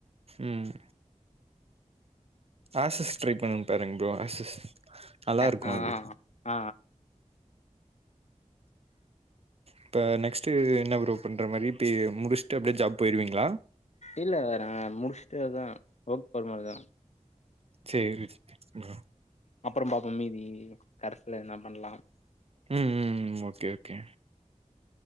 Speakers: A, on the right; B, on the left.
A: உம் ஆசஸ் ட்ரை பன்னங் பாருங்க ப்ரோ ஆசஸ் நல்லா
B: ஆ
A: இருக்கும் அது
B: ஆ
A: இப்ப நெக்ஸ்டு என்ன ப்ரோ பண்ற மாரி இப்ப முடிச்சுட்டு அப்டியே ஜப் போயிருவீங்ளா
B: இல்ல நா முடிச்சுட்டு அதா ஓர்க் போற மாரிதா
A: செரி ப்ரோ
B: அப்றோ பாப்போ மீதி கரஸ்ல என்ன பண்லா
A: ம் ம் ம் ஓகே ஓகே